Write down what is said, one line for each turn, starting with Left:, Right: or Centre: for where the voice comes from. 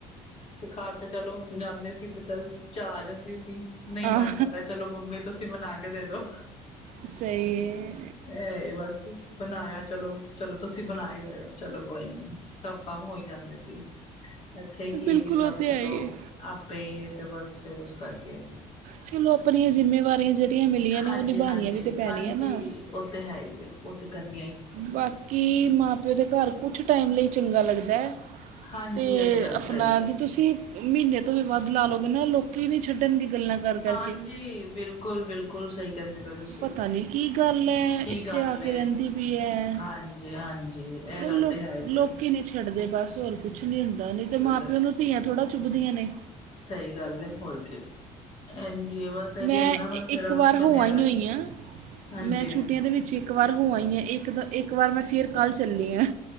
Left: ਤੇ ਘਰ ਤੇ ਚਲੋ ਜਾਂਦੇ ਸੀ ਤੇ ਚੱਲ ਚਾਹ ਆ ਜਾਂਦੀ ਸੀ। ਨਈ
Right: ਆਹ,
Left: ਮਨ ਕਰ ਰਿਆ ਚਲੋ ਮੰਮੀ ਤੁਸੀਂ ਬਣਾ ਕੇ ਦੇ ਦੋ।
Right: ਸਈ ਏ।
Left: ਏ ਬਸ ਬਣਾਇਆ ਚਲੋ, ਚਲੋ ਤੁਸੀਂ ਬਣਾ ਹੀ ਰਏ ਓ ਚਲੋ ਕੋਈ ਨੀ। ਸਭ ਕੰਮ ਹੋਈ ਜਾਂਦੇ ਸੀ। ਐਥੇ ਕੀ
Right: ਬਿਲਕੁਲ
Left: ਐ ਕਿ ਸਭ
Right: ਉਹ ਤੇ
Left: ਚਲੋ
Right: ਹੈ ਹੀ ਹੈ
Left: ਆਪੇ ਈ ਤੇ ਬਸ ਫੇਰ ਓਸ ਕਰਕੇ
Right: ਚਲੋ ਆਪਣੀਆਂ ਜਿੰਮੇਵਾਰੀਆਂ ਜੇੜੀਆਂ ਮਿਲੀਆਂ ਨੇ
Left: ਹਾਂਜੀ
Right: ਓਨਿਭਾਉਣੀਆਂ
Left: ਹਾਂਜੀ
Right: ਵੀ ਤੇ ਪੈਣੀਆਂ
Left: ਹਾਂਜੀ
Right: ਨੇ।
Left: ਉਹ ਤੇ ਹੈ ਈ ਏ। ਓ ਤੇ ਕਰਨ
Right: ਬਾਕੀ, ਮਾਂ- ਪਿਓ ਦੇ ਘਰ ਕੁਛ ਟਾਈਮ ਲਈ ਚੰਗਾ ਲੱਗਦਾ ਹੈ
Left: ਹਾਂਜੀ
Right: ਤੇ
Left: ਇਹ ਗੱਲ
Right: ਆਪਣਾ
Left: ਸਹੀ ਹੈ
Right: ਜ ਤੁਸੀਂ ਮਹੀਨੇ ਤੋਂ ਵੀ ਵੱਧ ਲਾ ਲਓਗੇ ਨਾ, ਲੋਕੀ ਨੀ ਛੱਡਣ ਦੀ ਗੱਲਾਂ ਕਰ ਕਰਕੇ
Left: ਹਾਂਜੀ, ਬਿਲਕੁਲ- ਬਿਲਕੁਲ ਬਿਲਕੁਲ ਸਹੀ ਕਹਿੰਦੇ ਪਏ ਤੁਸੀਂ,
Right: ਪਤਾ ਨਹੀਂ ਕੀ ਗੱਲ ਹੈ
Left: ਕੀ
Right: ਇੱਥੇ
Left: ਗੱਲ,
Right: ਆ ਕੇ ਰਹਿੰਦੀ ਵੀ ਹੈ
Left: ਹਾਂਜੀ- ਹਾਂਜੀ ਜੀ, ਇਹ ਗੱਲ
Right: ਅਹ ਲੋ
Left: ਤੇ ਹੈ ਏ
Right: ਲੋਕੀ ਨਹੀਂ ਛੱਡਦੇ, ਬਸ ਹੋਰ ਕੁਛ ਨੀ ਹੁੰਦਾ ਨ, ਤੇ ਮਾਂ-
Left: ਏ।
Right: ਪਿਓ ਨੂੰ ਧੀਆਂ ਥੋੜਾ ਚੁੱਭਦੀਆਂ ਨੇ
Left: ਸਹੀ ਗੱਲ ਹੈ, ਹੋਰ ਕੀ ਐਜੀ ਬਸ ਇਹੀਓ
Right: ਮੈਂ
Left: ਨਾ ਬਸ
Right: ਇੱਕ
Left: ਜਿਹੜਾ
Right: ਵਾਰ ਹੋ
Left: ਬਣਿਆ
Right: ਆਈ
Left: ਦਾ
Right: ਹੀ ਹੋਈ ਹਾਂ,
Left: ਹਾਂਜੀ
Right: ਮੈਂ ਛੁੱਟੀਆਂ ਦੇ ਵਿੱਚ ਇੱਕ ਇੱਕ ਵਾਰ ਹੋ ਆ ਹੀ ਆਂ, ਇੱਕ, ਇੱਕ ਵਾਰ ਮੈਂ ਫਿਰ ਕੱਲ੍ਹ ਚੱਲੀ ਆ